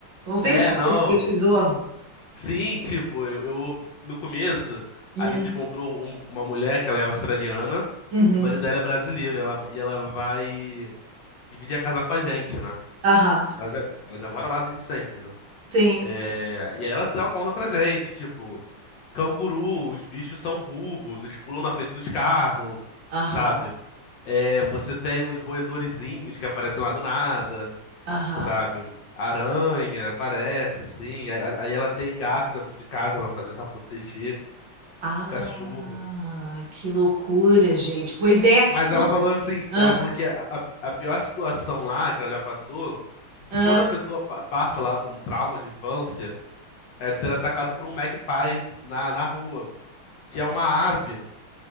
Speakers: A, on the right; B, on the left.
A: Não sei
B: é,
A: se
B: não.
A: você pesquisou.
B: Sim, tipo, eu, eu- no começo,
A: Hum,
B: a gente encontrou um- uma mulher que ela é australiana
A: uhum,
B: e o marido dela é brasileiro. E ela, e ela vai dividir a casa com a gente, né?
A: aham,
B: E ela já, ela já mora lá desde sempre, né?
A: sim,
B: É, e aí ela, ela conta pra gente, tipo, canguru, os bichos são burros, eles pulam na frente dos carros,
A: aham,
B: sabe? É, você tem uns roedorzinhos que aparecem lá do nada.
A: aham.
B: sabe? Aranha aparece, assim. Aí, aí ela tem gato dentro de casa pra, pra tentar proteger,
A: Ah,
B: cachorro.
A: que loucura, gente. Pois é.
B: Mas
A: Não,
B: ela falou assim, que
A: ah,
B: ela falou que a, a, a pior situação lá que ela já passou,
A: ah.
B: que toda pessoa pa- passa lá com trauma de infância, é ser atacado por um magpie na, na rua, que é uma ave